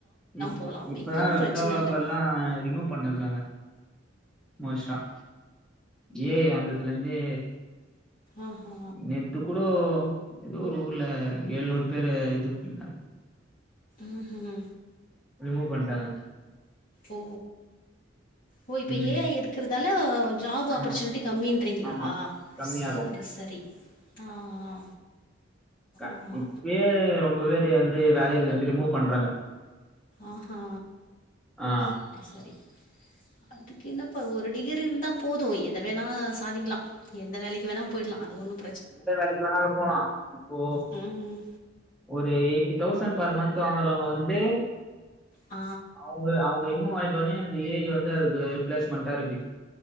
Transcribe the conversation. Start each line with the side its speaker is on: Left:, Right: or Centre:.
Centre: இ
Left: போகலாம்
Centre: இப்பதான்
Left: பிகாம்
Centre: வெப்டெவலப்பர்ல்லா
Left: பிரச்சனை இல்லை
Centre: ரிமூவ் பண்ணிருக்காங்க <unintelligible> ஏ ஐ வந்ததுல இருந்தே
Left: ஆஹா!
Centre: நேத்து கூடோ ஏதோ ஒரு ஊர்ல ஏழுநூறு பேரு இது பண்ட்டாங்க
Left: ம்ஹும்
Centre: ரிமூவ் பண்ணட்டாங்க
Left: ஓ ஓ இப்ப
Centre: ம்
Left: ஏ ஐ இருக்கறதால ஜாப் ஆப்பர்ச்சுனிட்டி
Centre: ஆமா
Left: கம்மீன்ரிங்ளா
Centre: ஆமா கம்மியாகு
Left: சரி சரி ஆ ஆ
Centre: த
Left: ஆமா.
Centre: இப்பயே ரொம்ப <unintelligible> வந்து வேலையில இருந்து ரிமூவ் பண்றாங்க
Left: ஆஹா
Centre: ஆ
Left: சரி சரி அதுக்கு என்னப்ப ஒரு டிகிரி இருந்தா போது எத வேணா சாதிக்கலா எந்த வேலைக்கு வேணா போ போயிட்லா அது ஒன்னும்
Centre: எந்த வேலைக்கு வேணாலும் போலா இப்போ
Left: ம்.
Centre: ஒரு eighty thousand per month வாங்கறவங்க வந்து
Left: ஆ,
Centre: அவுங்க அவுங்க ப்ப ரிமூவ் ஆயிட்டோனே இந்த ஏ ஐ வந்து அதுக்கு ரீப்ளேஸ்மெண்ட்டா இருக்கு